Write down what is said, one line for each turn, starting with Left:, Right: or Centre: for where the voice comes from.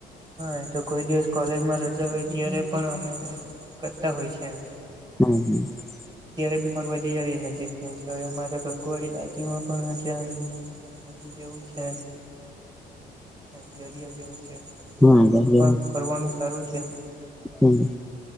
Right: હા! એ તો કોઈ દિવસ કોલેજમાં રજા હોય, ત્યારે પણ અમે કરતા હોય છે એમ.
Centre: <inaudible>
Right: ત્યારે બી ફરવા જઈ આવીએ. નજીક તો અમારા કકવાળી દાટી માં પણ જ્યા. નદી જેવું છે. દરિયો જેવો છે.
Centre: હમ
Right: ત્યાં પણ ફરવાનું સારું છે એમ.
Centre: હમ